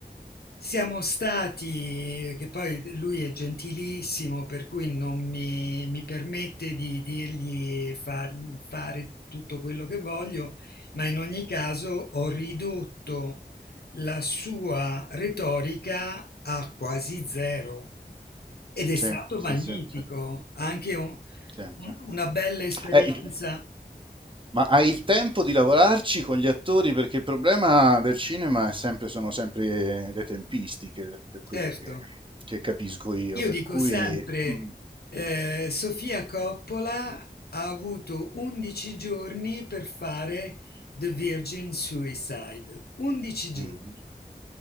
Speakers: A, on the left; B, on the right.
A: siamo stati, che poi lui è gentilissimo, per cui non mi, mi permette di dirgli far- fare tutto quello che voglio, ma in ogni caso ho ridotto la sua retorica a quasi zero ed è
B: sì,
A: stato
B: sì,
A: magnifico,
B: sì, sì,
A: anche un-
B: sì,
A: un-
B: sì.
A: una bella esperienza,
B: Eh, il- ma hai il tempo di lavorarci con gli attori? Perché il problema del cinema è sempre- sono sempre le tempistiche, per quello
A: certo.
B: che, che capisco io,
A: Io
B: per
A: dico
B: cui...
A: sempre,
B: mm,
A: eh, Sofia Coppola ha avuto 11 giorni per fare The Virgin Suicide. 11 giorni.
B: mm,